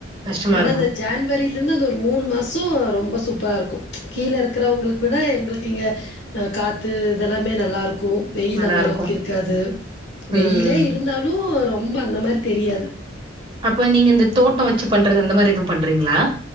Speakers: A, on the right; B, on the left.
A: கஷ்டமா
B: ஆனா
A: இருக்கும்.
B: அந்த ஜான்வரியில இருந்து அந்த ஒரு மூணு மாசோ ரொம்ப சூப்பரா இருக்கு கீழ இருக்கறவங்களுக்கு விட எங்களுக்கு இங்க காத்து இதெல்லாமே நல்லா இருக்கு
A: நல்லாருக்கும்.
B: அந்த அளவுக்கு இருக்காது வெயிலே
A: ம்.
B: இருந்தாலு ரொம்ப அந்த மாரி தெரியாது
A: அப்போ நீங்க இந்த தோட்டோ வச்சு பண்றது அந்த மாரி எதுவு பண்றீங்களா